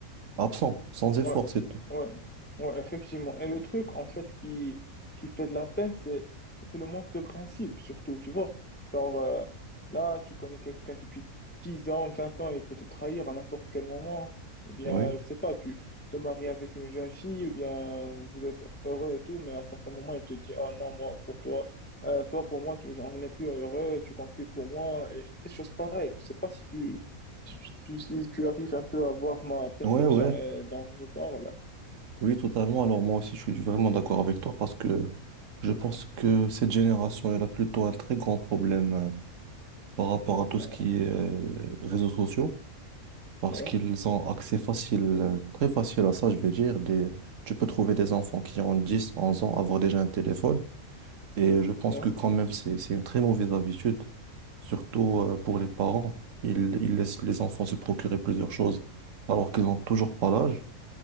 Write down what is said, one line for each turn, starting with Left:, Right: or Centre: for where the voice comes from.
Right: absents, sans
Left: Ouais,
Right: effort, c'est tout.
Left: ouais, ouais, effectivement. Et le truc, en fait, qui, qui fait de la peine, c'est, c'est le manque de principe, surtout, tu vois. Genre, euh, là, tu connais quelqu'un depuis 10 ans, 20 ans, il peut te trahir à n'importe quel moment. Ou bien,
Right: Oui,
Left: je sais pas, tu te maries avec une jeune fille, ou bien vous êtes heureux et tout, mais à un certain moment, il te dit, oh non, moi, pour toi, euh, toi, pour moi, tu, j'en ai plus heureux, tu comptes plus pour moi, et des choses pareilles. Je sais pas si tu, si tu, si tu arrives un peu à voir ma perception
Right: ouais, ouais,
Left: et dont je parle,
Right: oui, totalement. Alors, moi aussi, je suis vraiment d'accord avec toi parce que je pense que cette génération, elle a plutôt un très grand problème euh, par rapport
Left: ouais,
Right: à tout
Left: ben,
Right: ce qui est euh, réseaux sociaux. parce
Left: ouais,
Right: qu'ils ont accès facile, euh, très facile à ça, je vais dire. Des... Tu peux trouver des enfants qui ont 10, 11 ans, avoir déjà un téléphone. Et je pense
Left: ouais,
Right: que quand même, c'est, c'est une très mauvaise habitude, surtout euh, pour les parents. Ils, ils laissent les enfants se procurer plusieurs choses alors qu'ils n'ont toujours pas l'âge.